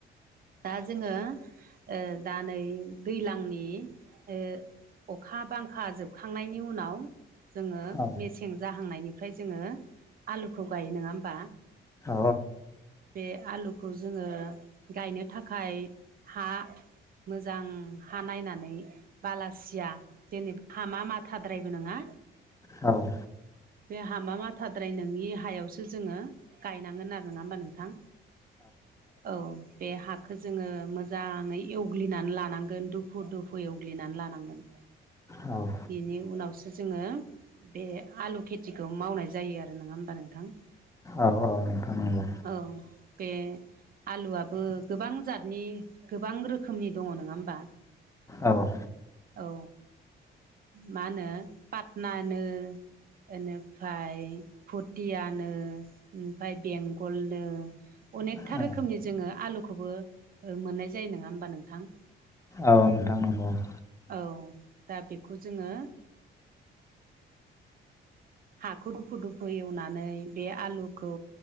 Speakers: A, on the right; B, on the left.
A: दा जोङो ओ दा नै दैज्लांनि ओ अखा बांखा जोबखांनायनि उनाव जोङो
B: औ
A: मेसें जाहांनायनिफ्राय जोङो आलुखौ गायो नङा होमबा?
B: औ
A: बे आलुखौ जोङो गायनो थाखाय हा मोजां हा नायनानै बालासिया जेने हामा माथाद्रायबो नङा
B: औ।
A: बे हामा माथाद्राय नोंनि हायावसो जोङो गायनांगोन आरो नङा होमबा नोंथां औ बे हा खौ जोङो मोजाङै एवग्लिनानै लानांगोन दुफु दुफु एवग्लिनानै लानांगोन।
B: औ।
A: बिनि उनावसो जोङो बे आलु खेथिखौ मावनाय जायो आरो। नङा होमबा नोंथां?
B: औ औ नोंथां नंगौ।
A: औ बे आलुआबो गोबां जातनि गोबां रोखोमनि दङ नङा होमबा?
B: औ।
A: औ मा होनो पाटनानो बेनिफ्राय पुथियानो ओमफाय बेंगलनो। अनेकथा
B: औ
A: रोखोमनि जोङो आलुखौबो मोननाय जायो नङा होमबा नोंथां?
B: औ नोंथां नंग'
A: औ दा बेखौ जोङो हाखौ दुफु दुफु एवनानै बे आलुखौ